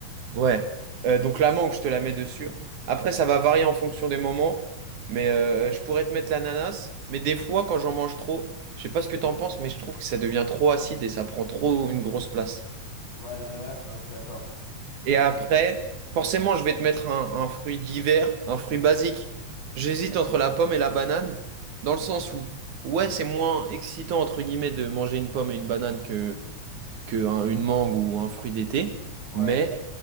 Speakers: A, on the right; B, on the left.
A: Ouais. Euh, donc la mangue, je te la mets dessus. Après, ça va varier en fonction des moments. Mais euh, je pourrais te mettre l'ananas. Mais des fois, quand j'en mange trop, je sais pas ce que t'en penses, mais je trouve que ça devient trop acide et ça prend trop une grosse place.
B: Ouais, l'ananas, ouais, je suis d'accord. Je suis
A: Et
B: d'accord.
A: après, forcément, je vais te mettre un, un fruit d'hiver, un fruit basique. J'hésite entre la pomme et la banane, dans le sens où, ouais, c'est moins excitant, entre guillemets, de manger une pomme et une banane que, que un- une mangue ou un fruit d'été.
B: Ouais.
A: Mais